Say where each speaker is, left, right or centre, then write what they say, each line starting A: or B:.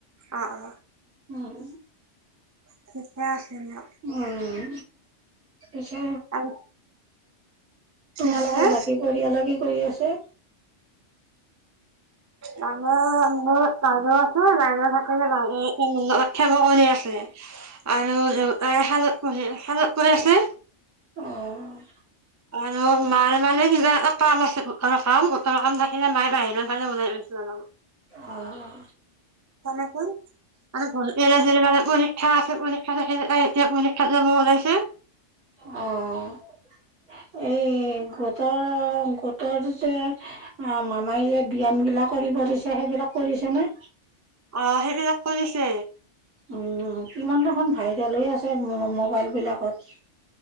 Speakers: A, on the right; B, on the right.
A: অ', অ'।
B: উম।
A: ঠিকে আছে দিয়ক।
B: উম পিছে
A: আৰু কি
B: তোমালোকৰ
A: কৈছে
B: বাকী পৰিয়ালে কি কৰি আছে।
A: তাৰমানে মোৰ বাইদেউ আছে বাইদেউ থাকিলেও নাই। সেমকণ আছে আৰু দেউতাই সেই শালত কৈ আছে।
B: অ',।
A: আৰু মাৰ মানে কিবা এটা কাম আছে গোটৰ কাম গোটৰ কাম থাকিলে মায়ে বাহিৰৰ ফালে ওলাই যায়।
B: অ অ
A: তাতে কোন তাতে ভণ্টী ছিনি পায় <unintelligible> পৰীক্ষা আছে পৰীক্ষা থাকিলে তাই এতিয়া পৰীক্ষাত যাব ওলাইছে
B: <unintelligible> এই গোটৰ গোটৰো যে মামাই যে ব্যয়াম বিলাক কৰিব দিছে সেইবিলাক কৰিছে নে?
A: অ' সেইবিলাক কৰিছে।
B: অ' কিমান দেখোন ভাইৰেল হৈ আছে মোবাইল বিলাকত।